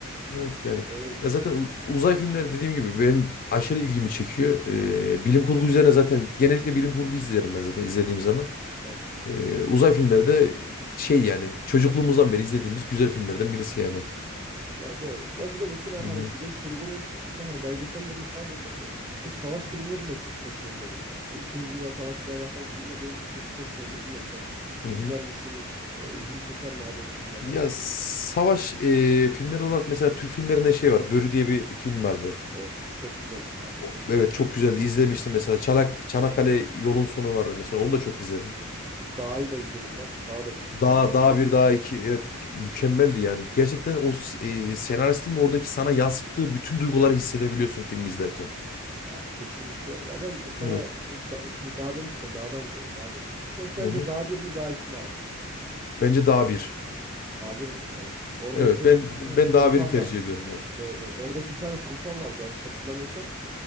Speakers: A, on the left; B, on the right.
A: Evet yani.
B: Öyle düşünüyorum
A: Ya zaten uz- uzay filmleri dediğim gibi benim aşırı ilgimi çekiyor. E, bilim kurgu üzerine zaten genellikle bilim kurgu izlerim ben zaten izlediğim zaman.
B: yani. Evet.
A: Ee, uzay filmleri de şey yani çocukluğumuzdan beri izlediğimiz güzel filmlerden birisi yani.
B: Ya doğru. Ben bir de mesela
A: Hı
B: hani
A: hı.
B: bilim kurgunun dışında hani belgesellerini falan da izledim de bu savaş filmlerinin de çok hoşuma gidiyor mesela. Bu İkinci Dünya Savaşı ile alakalı filmler benim mesela çok hoşuma gidiyor. Bilmiyorum sen
A: Hı
B: izler
A: hı.
B: misin hiç? E, ilgini çeker mi abi o filmler
A: Ya
B: yani?
A: savaş e, filmleri olarak mesela Türk filmlerinde şey var. Börü diye bir film vardı.
B: O çok güzel. Aynen
A: O-
B: çok güzel
A: evet çok
B: film abi.
A: güzeldi. İzlemiştim mesela. Çanak, Çanakkale Yolun Sonu vardı mesela. Onu da çok izledim.
B: Bu Dağ'ı da izledim ben. Dağ da çok güzeldi
A: Daha
B: mesela.
A: daha bir daha iki evet mükemmeldi yani. Gerçekten o s- e, senaristin oradaki sana yansıttığı bütün duyguları hissedebiliyorsun film izlerken.
B: Abi kesinlikle. Ya ben sana
A: Evet.
B: e, da- şimdi Dağ demişken Dağ'dan gidelim abi. Sen sence
A: Hı hı.
B: Dağ bir mi Dağ iki mi abi?
A: Bence daha bir.
B: a mi? Evet. Oradaki
A: Evet ben
B: bir tane
A: ben
B: komutan
A: daha biri tercih
B: vardı.
A: ediyorum
B: Doğru doğru. Oradaki bir tane komutan vardı yanlış hatırlamıyorsam.